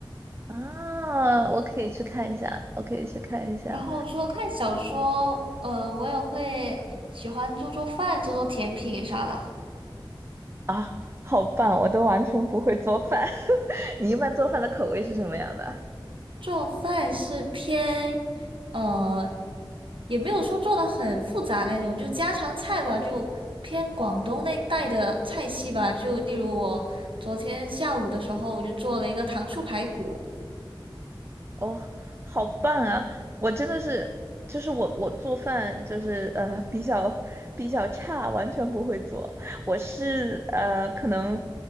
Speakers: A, on the right (about 30°); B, on the right (about 75°).
A: 啊，我可以去看一下，我可以去看一下
B: 然后除了看小说，呃，我也会喜欢做做饭、做做甜品啥的。
A: 啊，好棒，我都完全不会做饭。<laughs> 你一般做饭的口味是什么样的？
B: 做饭是偏，呃，也没有说做的很复杂那种，就家常菜吧，就偏广东那带的菜系吧。就例如我昨天下午的时候，我就做了一个糖醋排骨。
A: 哦，好棒啊！我真的是，就是我我做饭就是呃比较比较差，完全不会做。我是呃可能